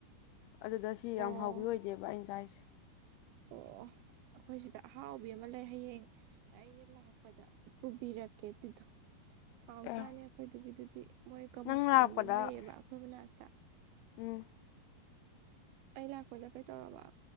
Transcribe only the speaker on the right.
ꯑꯣ
ꯑꯣ ꯑꯩꯈꯣꯏ ꯁꯤꯗ ꯑꯍꯥꯎꯕꯤ ꯑꯃ ꯂꯩ ꯍꯌꯦꯡ ꯑꯩꯅ ꯂꯥꯛꯄꯗ ꯄꯨꯕꯤꯔꯛꯀꯦ ꯑꯗꯨꯗꯣ ꯍꯥꯎꯖꯥꯅꯦ
ꯑꯩꯈꯣꯏꯗꯨꯒꯤꯗꯨ ꯇꯤ ꯃꯣꯏ ꯀꯕꫭꯛꯁꯥꯕꯤ
ꯑꯃ ꯂꯩꯌꯦꯕ ꯑꯩꯈꯣꯏ ꯃꯅꯥꯛꯇ
ꯑꯩ ꯂꯥꯛꯄꯗ ꯀꯩ ꯇꯧꯔꯕ